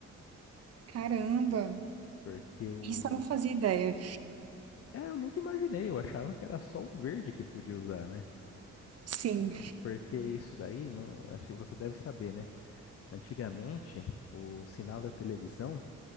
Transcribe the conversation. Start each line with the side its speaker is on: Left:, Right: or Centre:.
Right: Caramba,
Left: porque o
Right: isso eu não fazia ideia.
Left: É, eu nunca imaginei, eu achava que era só o verde que podia usar, né?
Right: Sim,
Left: Por- Porque isso daí, não, acho que você deve saber, né? Antigamente, o sinal da televisão